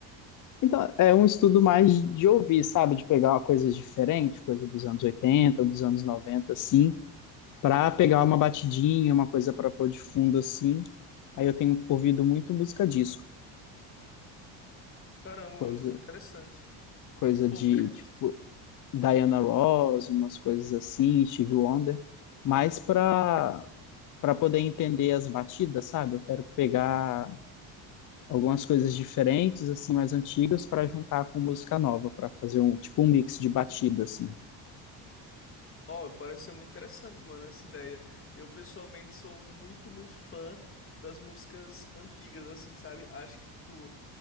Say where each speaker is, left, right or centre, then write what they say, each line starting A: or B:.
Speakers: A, on the left; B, on the left.
A: Então, é um estudo mais de ouvir, sabe? De pegar coisas diferentes, coisa dos anos 80, dos anos 90, assim para pegar uma batidinha, uma coisa para pôr de fundo assim. Aí eu tenho ouvido muito música disco,
B: Caramba,
A: coisa
B: mano, que interessante.
A: coisa
B: Pô,
A: de
B: pior que,
A: tipo
B: tipo,
A: Diana Ross, umas coisas assim, Stevie Wonder, mas para para poder entender as batidas, sabe? Eu quero pegar algumas coisas diferentes assim, mais antigas para juntar com música nova, para fazer um tipo um mix de batida assim.
B: ó, parece ser muito interessante, mano, essa ideia. Eu pessoalmente sou muito, muito fã das músicas antigas, assim, sabe? Acho que, tipo,